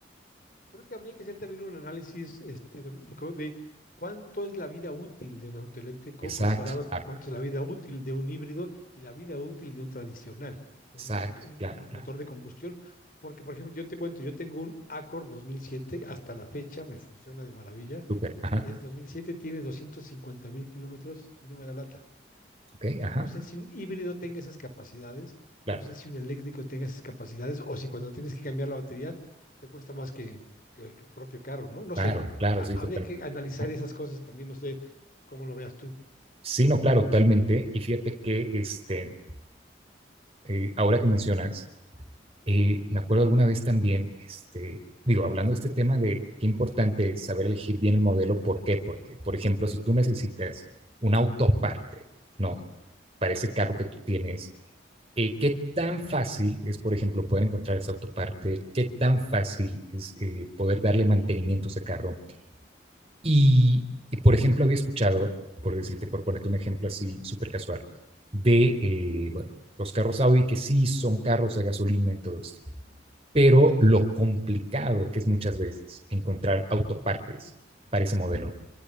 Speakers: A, on the left (about 45°); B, on the right (about 30°).
A: Creo que habría que hacer también un análisis, este, Domenico, de cuánto es la vida útil de un auto eléctrico
B: Exacto,
A: comparado con
B: claro,
A: cuánto es la vida útil de un híbrido y la vida útil de un tradicional, de
B: exacto,
A: un, mot- un
B: claro,
A: co- motor
B: claro.
A: de combustión. Porque, por ejemplo, yo te cuento, yo tengo un Accord 2007, hasta la fecha me funciona de maravilla.
B: Súper. Ajá,
A: Es 2007, tiene 250 mil kilómetros y no me da lata.
B: Ok, ajá,
A: No sé si un híbrido tenga esas capacidades, no
B: claro,
A: sé si un eléctrico tenga esas capacidades, o si cuando tienes que cambiar la batería te cuesta más que, que el propio carro, ¿no? No
B: claro,
A: sé,
B: claro,
A: ha-
B: sí,
A: habría
B: totalmente.
A: que analizar
B: Ajá.
A: esas cosas también, no sé cómo lo veas tú.
B: Sí, no, claro, totalmente. Y fíjate que este, eh, ahora que mencionas, eh, me acuerdo alguna vez también, este, digo, hablando de este tema de qué importante es saber elegir bien el modelo, ¿por qué? Porque, por ejemplo, si tú necesitas un auto parte, ¿no? Para ese carro que tú tienes, eh, ¿qué tan fácil es, por ejemplo, poder encontrar ese autoparte? ¿Qué tan fácil es eh, poder darle mantenimiento a ese carro? Y, y, por ejemplo, había escuchado, por decirte, por ponerte un ejemplo así súper casual, de eh, bueno, los carros Audi que sí son carros a gasolina y todo esto, pero lo complicado que es muchas veces encontrar autopartes para ese modelo.